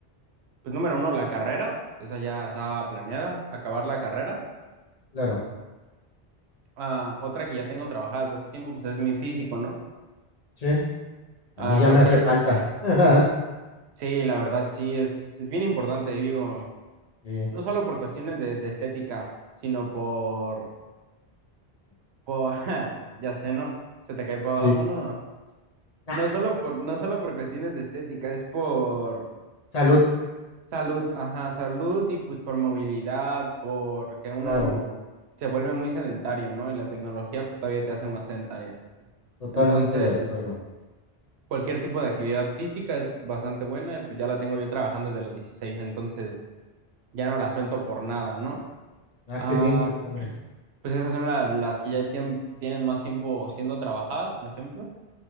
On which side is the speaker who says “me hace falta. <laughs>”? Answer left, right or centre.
Left